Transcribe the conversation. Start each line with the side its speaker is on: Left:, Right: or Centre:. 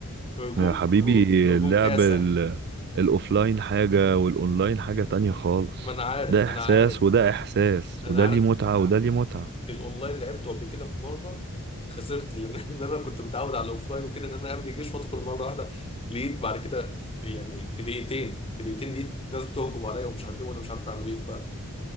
Left: هجوم
Right: يا حبيبي
Left: هجوم
Right: اللعب
Left: كاسح
Right: ال- الاوفلاين حاجة والاونلاين حاجة تانية خالص
Left: ما انا عارف
Right: ده احساس
Left: انا عارف
Right: وده احساس
Left: انا
Right: وده
Left: عارف
Right: ليه متعة وده ليه متعة
Left: الاونلاين لعبته قبل كده في مره خسرت لان <laughs> إن انا كنت متعود على الاوفلاين وكده ان انا املي جيش وادخل مره واحده لقيت بعد كده في يعني في دقيقتين في دقيقتين لقيت ناس بتهجم عليا ومش عارف ايه وانا مش عارف اعمل ايه فكان